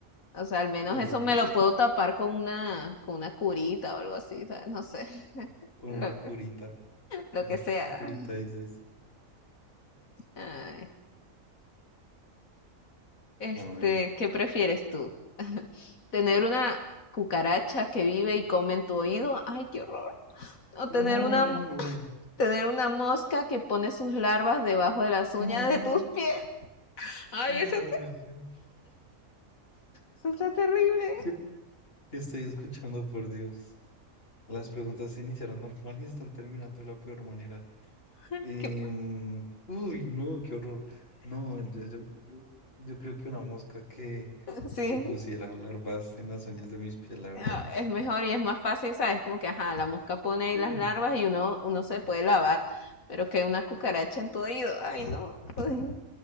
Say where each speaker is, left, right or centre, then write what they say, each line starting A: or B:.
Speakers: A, on the left (about 80°); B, on the left (about 45°).
A: O sea, al menos
B: Eso
A: eso
B: es
A: me
B: verdad.
A: lo puedo tapar con una, con una curita o algo así, ¿sabes? No sé, <laughs>
B: Con
A: lo,
B: una curita. <laughs>
A: lo
B: Con
A: que
B: una
A: sea.
B: curita dices.
A: Ay. Este,
B: A ver.
A: ¿qué prefieres tú? ¿Tener una cucaracha que vive y come en tu oído? Ay, qué horror. ¿O tener
B: No,
A: una,
B: no, no.
A: tener una mosca que pone sus larvas debajo de las uñas
B: No.
A: de tus pies? Ay,
B: No,
A: eso
B: Dios mío.
A: Eso está terrible.
B: ¿Qué, qué estoy escuchando, por Dios? Las preguntas se iniciaron normal y están terminando de la peor manera.
A: <laughs>
B: Em,
A: Que,
B: uy, no, qué horror. No, yo, yo, yo, yo creo que una mosca que,
A: sí,
B: que pusiera larvas en las uñas de mis pies, la verdad.
A: ah, es mejor y es más fácil, ¿sabes? Como que, ajá, la mosca pone ahí
B: Uy,
A: las larvas y uno, uno se puede lavar, pero que una cucaracha en tu oído, ay, no, uy,